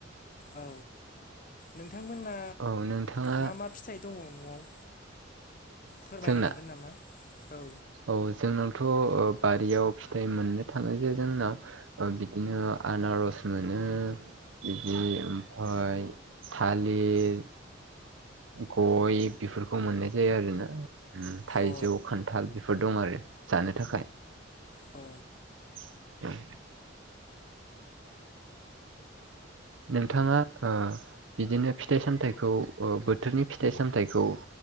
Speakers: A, on the left; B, on the right.
A: औ नोंथांमोना
B: औ नोंथाङा
A: मा मा फिथाइ दङ न'आव फोरमायनो
B: जोंना
A: हागोन नामा औ
B: औ जोंनावथ' बारियाव फिथाइ मोननो थाङो जे जोंनाव बिदिनो आनारस मोनो। बिदि ओमफफ्राय थालिर गय बेफोरखौ मोननाय जायो आरो ना थाइजौ
A: औ
B: खान्थ हथाल बेफोर दं आरो जानो थाखाय।
A: अ
B: <inaudible> नोंथाङा बिदिनो फिथाइ सामथाइखौ बोथोरनि फिथाइ सामथाइखौ